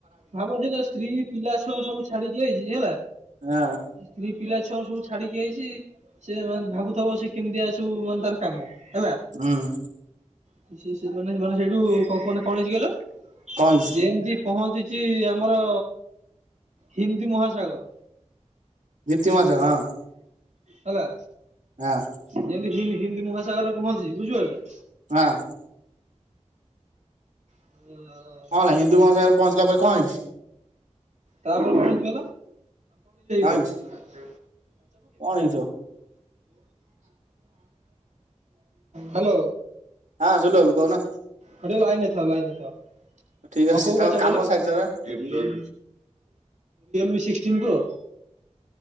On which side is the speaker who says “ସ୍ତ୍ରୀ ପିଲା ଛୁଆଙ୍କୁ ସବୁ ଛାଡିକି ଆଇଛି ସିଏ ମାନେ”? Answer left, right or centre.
Right